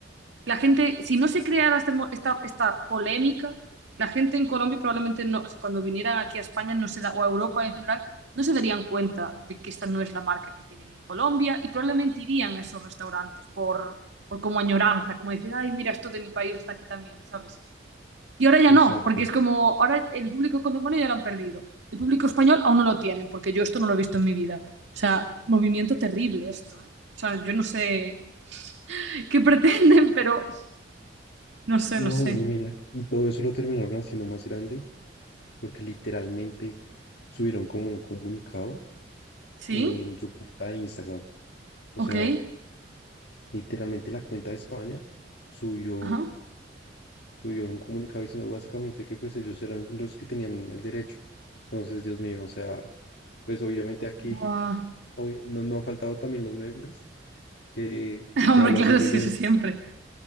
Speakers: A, on the right; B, on the left.
A: la gente, si no se creara este mo- esta, esta polémica, la gente en Colombia probablemente no, cuando vinieran aquí a España no se da, o a Europa en general, no se darían cuenta de que esta no es la marca que tienen en Colombia y probablemente irían a esos restaurantes por, por como añoranza, como decir, ay, mira, esto de mi país está aquí también, ¿sabes? Y ahora ya
B: exacto.
A: no, porque es como, ahora el público colombiano ya lo han perdido. El público español aún no lo tienen, porque yo esto no lo he visto en mi vida. O sea, movimiento terrible esto, ¿eh? O sea, yo no sé <laughs> qué pretenden, pero no sé,
B: No,
A: no sé.
B: y mira, y todo eso lo terminaron haciendo más grande porque literalmente subieron como un comunicado
A: ¿Sí?
B: en su cuenta de Instagram. O
A: Ok.
B: sea, Literalmente la cuenta de España subió,
A: Ajá.
B: subió un comunicado diciendo básicamente que pues ellos eran los que tenían el derecho. Entonces, Dios mío, o sea, pues obviamente aquí
A: Buah.
B: obvi- no, no han faltado también los memes que, que
A: <laughs> Hombre,
B: que hablan
A: claro,
B: sobre
A: sí,
B: lo
A: eso
B: del...
A: siempre.